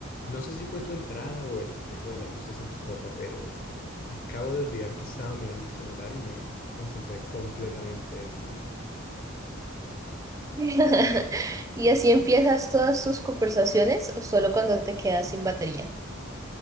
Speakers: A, on the left; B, on the right.
A: No sé si fue tu entrada o el reflejo de las luces en tu copa, pero acabo de olvidar que estaba mirando el celular y me concentré completamente en ti.
B: <laughs> ¿Y así empiezas todas tus conversaciones o solo cuando te quedas sin batería?